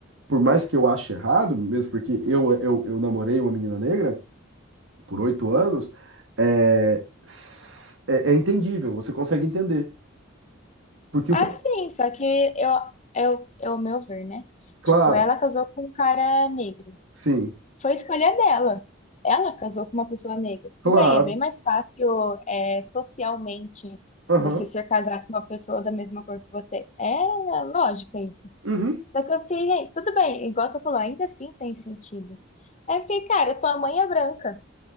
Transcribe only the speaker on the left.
Ah,
sim, só que eu, eu, é o meu ver, né? Tipo,
ela casou com um cara negro.
Foi escolha dela. Ela casou com uma pessoa negra. Tudo
bem, é bem mais fácil, é, socialmente
você ser casado com uma pessoa da mesma cor que você. É é lógica isso.
Só que eu fiquei, gente, tudo bem, igual você falou, ainda assim tem sentido. Aí eu fiquei, cara, tua mãe é branca.